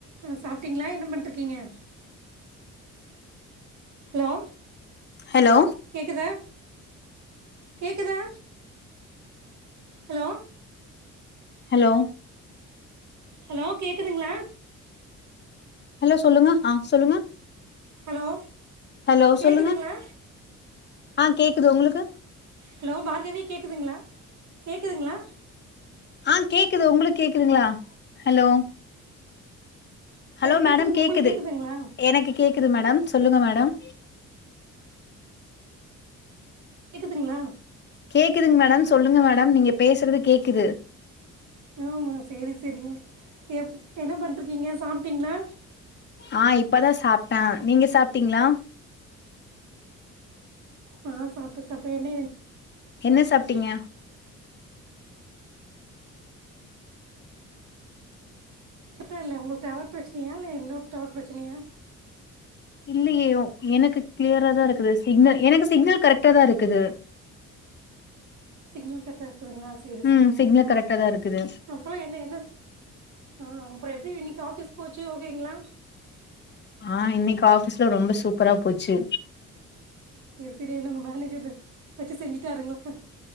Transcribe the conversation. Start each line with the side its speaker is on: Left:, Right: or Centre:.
Right: ஆ சாப்ட்டீங்களா என்ன பண்ட்ருக்கீங்க? ஹலோ
Left: ஹலோ
Right: கேக்குதா கேக்குதா ஹலோ
Left: ஹலோ
Right: ஹலோ கேக்குதுங்களா
Left: ஹலோ சொல்லுங்க ஆ சொல்லுங்க
Right: ஹலோ
Left: ஹலோ
Right: கேட்குதுங்களா
Left: சொல்லுங்க ஆ கேக்குது உங்களுக்கு
Right: ஹலோ பார்கவி கேக்குதுங்களா கேக்குதுங்களா
Left: ஆ கேக்குது உங்களுக்கு கேக்குதுங்களா ஹலோ ஹலோ
Right: எனக்கு
Left: மேடம்
Right: கேட்குது
Left: கேக்குது
Right: உங்களுக்கு கேட்குதுங்களா
Left: எனக்கு கே க்குது மேடம் சொல்லுங்க மேடம்
Right: கேக்குதுங்களா
Left: கேக்குதுங் மேடம் சொல்லுங்க மேடம் நீங்க பேசுறது கேக்குது.
Right: ஆமாம் சரி சரிங்க எப் என்ன பண்ட்ருக்கீங்க சாப்ட்டீங்ளா?
Left: ஆ இப்பதா சாப்ட்டே நீங்க சாப்ட்டீங்களா
Right: ஆ சாப்ட்டே சாப்ட்டே என்ன
Left: என்ன சாப்ட்டீங்க?
Right: <unintelligible> இல்ல உங்களுக்கு டவர் பிரச்சனயா இல்ல என்னோட டவர் பிரச்சனயா
Left: இல்லையே எனக்கு கிளியராதா இருக்குது சிக்னல் எனக்கு சிக்னல் கரெக்டாதா இருக்குது
Right: சிக்னல் கரெக்டா இருக்குதுங்களா செரி
Left: ம்
Right: செரிங்க
Left: சிக்னல்
Right: ம்
Left: கரெக்டா தா இருக்குது
Right: அப்புறோ என்ன என்ன ஆ அப்புறோ எப்டி இன்னக்கி ஆஃபீஸ் போச்சு ஓகேங்களா?
Left: ஆ இன்னக்கி ஆஃபீஸ்ல ரொம்ப சூப்பரா போச்சு.
Right: செரி சரி என்ன உங்க மேனேஜர் வச்சு செஞ்சுட்டாருங்களா?